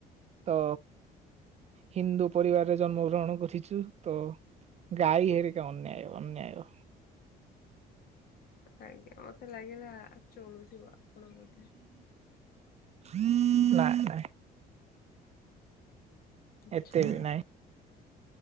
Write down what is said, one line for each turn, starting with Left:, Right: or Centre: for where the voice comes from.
Right: ତ ହିନ୍ଦୁ ପରିବାରରେ ଜନ୍ମ ଗ୍ରହଣ କରିଛୁ ତ ଗାଈ ହେରିକ ଅନ୍ୟାୟ ଅନ୍ୟାୟ।
Left: ଆଜ୍ଞା ମତେ ଲାଗିଲା ଚୋଳୁ ଥିବ ଆପଣ ବୋଧେ
Right: ନାଇଁ ନାଇଁ
Left: ଆଚ୍ଛା
Right: ଏତେ ବି ନାଇଁ।